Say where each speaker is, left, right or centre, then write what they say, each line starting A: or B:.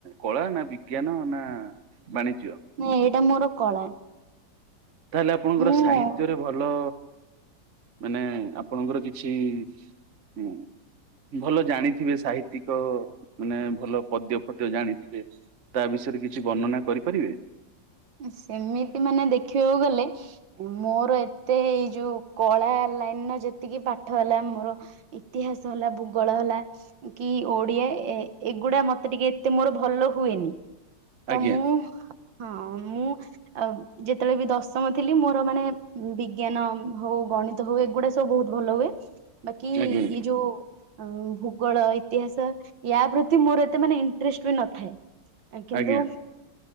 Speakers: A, on the right; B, on the right.
A: କଳା ନା ବିଜ୍ଞାନ ନା ବାଣିଜ୍ୟ
B: ନାଇଁ ଏଇଟା ମୋର କଳା।
A: ତାହେଲେ ଆପଣଙ୍କର
B: ମୁଁ
A: ସାହିତ୍ୟରେ ଭଲ ମାନେ ଆପଣଙ୍କର କିଛି ହୁଁ। ଭଲ ଜାଣିଥିବେ ସାହିତ୍ୟିକ ମାନେ ଭଲ ପଦ୍ୟ ଫଦ୍ୟ ଜାଣିଥିବେ। ତା ବିଷୟରେ କିଛି ବର୍ଣ୍ଣନା କରିପାରିବେ।
B: ସେମିତି ମାନେ ଦେଖିବାକୁ ଗଲେ ମୋର ଏତେ ଏଇ ଯୋଉ କଳା ଲାଇନ ର ଯେତିକି ପାଠ ହେଲା ମୋର ଇତିହାସ ହେଲା ଭୂଗୋଳ ହେଲା। କି ଓଡିଆ ଏ-ଏଗୁଡା ମତେ ଟିକେ ଏତେ ମୋର ଭଲ ହୁଏନି।
A: ଆଜ୍ଞା
B: ତ ମୁଁ ହଁ ମୁଁ ଯେତବେଳେ ବି ଦଶ ଚାଁହୁଥିଲି ମୋର ମାନେ ବିଜ୍ଞାନ ହଉ ଗଣିତ ହଉ ଏଗୁଡା ତ ବହୁତୁ ଭଲ ହୁଏ ବାକି
A: ଆଜ୍ଞା
B: ଏଇ ଯୋଉ ଭୂଗୋଳ, ଇତିହାସ ୟା ପ୍ରତି ମୋର ଏତେ ମାନେ ଇନ୍ ଟ୍ରେଷ୍ଟ ବି ନଥାଏ। କିନ୍ତୁ
A: ଆଜ୍ଞା